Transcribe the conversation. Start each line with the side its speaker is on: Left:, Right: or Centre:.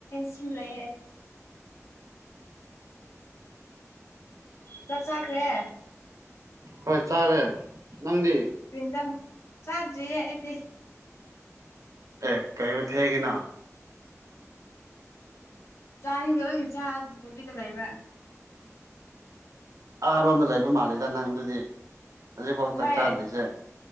Left: ꯁꯤꯂꯦ ꯆꯥꯛ ꯆꯥꯈ꯭ꯔꯦ
Right: ꯍꯣꯏ ꯆꯥꯔꯦ ꯅꯪꯗꯤ
Left: ꯖ ꯆꯥꯗ꯭ꯔꯤꯌꯦ ꯑꯩꯗꯤ
Right: ꯑꯦ ꯀꯩꯔ ꯊꯦꯡꯒꯦꯅ
Left: ꯆꯥꯅꯤꯡꯗꯕꯣꯏꯒꯤ ꯆꯥꯗꯕꯤꯗ ꯂꯩꯕ
Right: ꯑꯥꯔꯣꯝꯗ ꯂꯩꯕ ꯃꯥꯜꯂꯦꯗ ꯅꯪ ꯑꯗꯨꯗꯤ ꯍꯧꯖꯤꯛꯐꯥꯎ
Left: ꯍꯣꯏ
Right: ꯆꯥꯛ ꯆꯥꯗ꯭ꯔꯤꯁꯦ